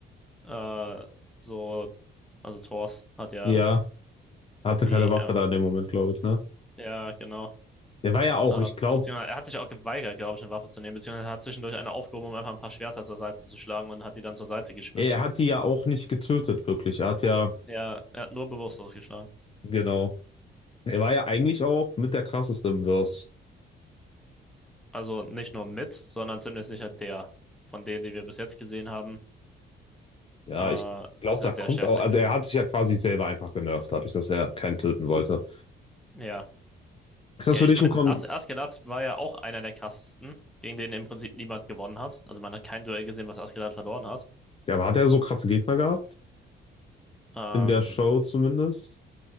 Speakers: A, in the centre; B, on the left.
A: Äh, so, also Thors hat ja
B: Ja. Hatte
A: die,
B: keine Waffe
A: äh,
B: da in dem Moment, glaube ich, ne?
A: ja genau,
B: Der war ja auch,
A: Ähm,
B: ich glaube,
A: beziehungsweise er hat sich auch geweigert, glaube ich, eine Waffe zu nehmen, beziehungsweise er hat zwischendurch eine aufgehoben, um einfach ein paar Schwerter zur Seite zu schlagen und hat die dann zur Seite geschmissen.
B: er hat die ja auch nicht getötet, wirklich. Er hat ja,
A: Er, er hat nur bewusstlos geschlagen.
B: genau. Er war ja eigentlich auch mit der krasseste im Verse.
A: Also nicht nur mit, sondern ziemlich sicher der von denen, die wir bis jetzt gesehen haben,
B: Ja,
A: äh,
B: ich glaube,
A: ist
B: da
A: halt
B: kommt
A: der stärkste
B: auch, also
A: gewesen.
B: er hat sich ja quasi selber einfach genervt, dadurch, dass er keinen töten wollte.
A: Ja.
B: Ist das
A: Ja,
B: für
A: ich
B: dich
A: meine,
B: ein, Kon
A: As Askeladd war ja auch einer der krassesten, gegen den im Prinzip niemand gewonnen hat. Also man hat kein Duell gesehen, was Askeladd verloren hat.
B: Ja, aber hat er so krasse Gegner gehabt?
A: Ähm,
B: In der Show zumindest?